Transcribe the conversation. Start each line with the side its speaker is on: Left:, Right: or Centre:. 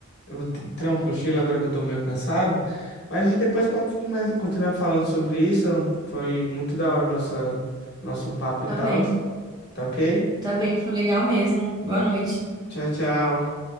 Left: Eu vou te- tirar um cochilo agora que eu tô meio cansado. Mas a gente depois pode come- continuar falando sobre isso. Foi muito da hora nossa, nosso papo e
Right: Tá
Left: tal.
Right: bem,
Left: Tá ok?
Right: tá bem, foi legal mesmo. Boa noite.
Left: Tchau, tchau.